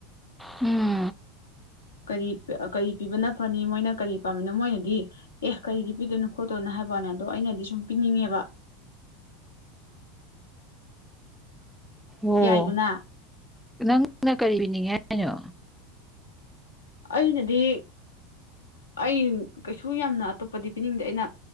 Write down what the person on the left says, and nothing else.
ꯀꯔꯤ ꯀꯔꯤ ꯄꯤꯕꯅ ꯐꯅꯤ ꯃꯣꯏꯅ ꯀꯔꯤ ꯄꯥꯝꯃꯤꯅꯣ ꯃꯣꯏꯅꯗꯤ ꯑꯦ ꯀꯔꯤꯒꯤ ꯄꯤꯗꯣꯏꯅꯣ ꯈꯣꯠꯇꯣꯏꯅꯣ ꯍꯥꯏꯕꯅꯦ ꯑꯗꯣ ꯑꯩꯅꯗꯤ ꯁꯨꯝ ꯄꯤꯅꯤꯡꯉꯦꯕ
ꯌꯥꯏꯗꯅ
ꯑꯩꯅꯗꯤ ꯑꯩ ꯀꯩꯁꯨ ꯌꯥꯝꯅ ꯑꯇꯣꯞꯄꯗꯤ ꯄꯤꯅꯤꯡꯗꯦ ꯑꯩꯅ